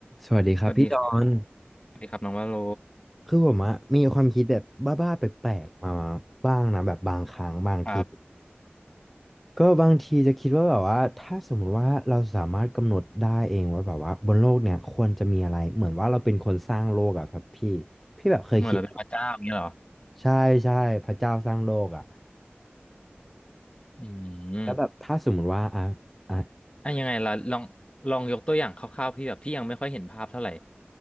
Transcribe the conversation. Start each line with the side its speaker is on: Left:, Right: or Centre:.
Centre: สวัสดีครับพี่ดอน
Left: สวัสดีครับสวัสดีครับน้องวาโล
Centre: คือผมอะมีความคิดแบบบ้าๆแปลกๆมาบ้างนะแบบบางครั้งบางที
Left: ครับ
Centre: ก็บางทีจะคิดว่าแบบว่าถ้าสมมุติว่าเราสามารถกำหนดได้เองว่าแบบว่าบนโลกเนี่ยควรจะมีอะไรเหมือนว่าเราเป็นคนสร้างโลกอะครับพี่พี่แบบเคยคิด
Left: เหมือนเราเป็นพระเจ้าอย่างนี้เหรอ
Centre: ใช่ใช่พระเจ้าสร้างโลกอะ
Left: อืม
Centre: แล้วแบบถ้าสมมุติว่าอ่ะอ่ะ
Left: อ่ะยังไงล่ะลองลองยกตัวอย่างคร่าวๆพี่แบบพี่ยังไม่ค่อยเห็นภาพเท่าไหร่